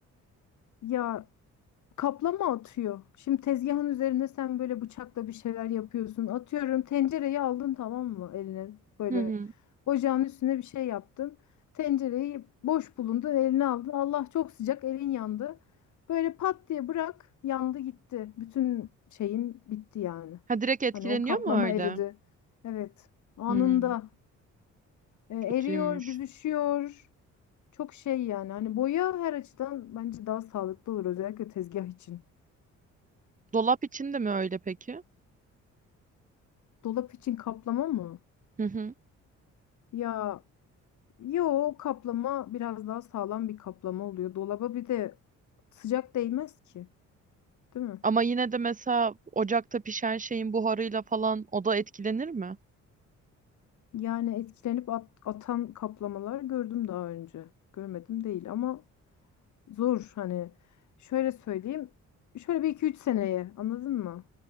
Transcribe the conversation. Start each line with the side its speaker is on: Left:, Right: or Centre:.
Left: Ya kaplama atıyor. Şimdi tezgahın üzerinde sen böyle bıçakla bir şeyler yapıyorsun. Atıyorum tencereyi aldın tamam mı eline? Böyle
Right: Hı hı.
Left: ocağın üstüne bir şey yaptın. Tencereyi boş bulundun eline aldın. Allah çok sıcak elin yandı. Böyle pat diye bırak yandı gitti. Bütün şeyin bitti yani.
Right: Ha direkt etkileniyor
Left: Hani o kaplama
Right: mu öyle?
Left: eridi. Evet anında
Right: Hmm,
Left: E,
Right: kötüymüş.
Left: eriyor büzüşüyor. Çok şey yani hani boya her açıdan bence daha sağlıklı olur özellikle tezgah için.
Right: Dolap için de mi öyle peki?
Left: Dolap için kaplama mı?
Right: Hı hı.
Left: Ya yo kaplama biraz daha sağlam bir kaplama oluyor. Dolaba bir de sıcak değmez ki, değil mi?
Right: Ama yine de mesela ocakta pişen şeyin buharıyla falan o da etkilenir mi?
Left: Yani etkilenip at- atan kaplamalar gördüm daha önce. Görmedim değil ama zor hani. Şöyle söyleyeyim. Şöyle bir iki üç seneye anladın mı?